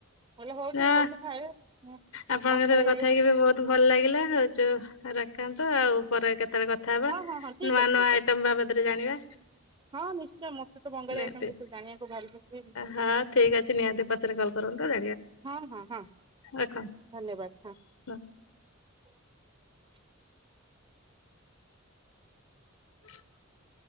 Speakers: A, on the right; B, on the left.
A: କହିଲି ହଉ
B: ନା
A: ଠିକ ଅଛି ଖାଇବେ ହୁଁ
B: ଆପଣଙ୍କ
A: ଭାତ
B: ସହିତ
A: ହେଇ
B: କଥା ହେଇକି ବି ବହୁତ ଭଲ ଲାଗିଲା ହଉଚୁ ରଖନ୍ତୁ ଆଉ ପରେ କେତେବେଳେ କଥା ହବା
A: ହଁ ହଁ ହଁ ଠିକ
B: ନୂଆ
A: ଅଛି
B: ନୂଆ
A: ଠିକ
B: ଆଇଟମ୍
A: ଅଛି।
B: ବାବଦରେ ଜାଣିବା।
A: ହଁ ନିଶ୍ଚୟ ମତେ ତ ବଙ୍ଗାଳୀ
B: ନିହାତି
A: ଆଇଟମ ବିଷୟରେ ଜାଣିବାକୁ ଭାରି ଖୁସି
B: ହଁ ଠିକ୍ ନିହାତି ପଛରେ କଲ୍ କରନ୍ତୁ <inaudible>
A: ହଁ ହଁ ହଁ
B: ରଖନ୍ତୁ
A: ଧନ୍ୟବାଦ ହଁ।
B: ନା
A: <inaudible>
B: <inaudible>